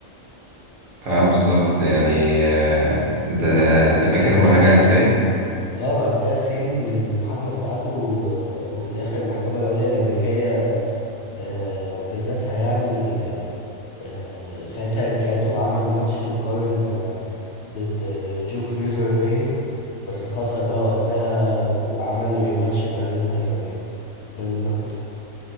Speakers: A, on the right; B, on the left.
A: اه بالظبط يعني آه انت انت فاكر هو راجع ازاي؟
B: اه بعد تلات سنين من المحاكمة بتاعته آه، وفي الاخر المحكمة العليا الامريكية آه، بذاتها يعني آه، ساعتها جاته وعمل ماتش القرن آه، ضد جو فريزر باين بس خسر بقى وقتها وعمل ريماتش بعدين وكسب يعني ده اللي فاكره